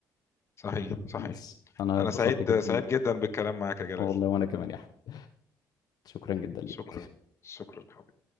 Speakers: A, on the left; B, on the left.
A: صحيح صحيح
B: بس انا
A: أنا
B: اتبسطت
A: سعيد
B: جدا
A: سعيد جدا بالكلام معك يا جلال
B: والله وانا كمان يا احمد شكرا جدا ليك
A: شكرا شكرا حبيبي.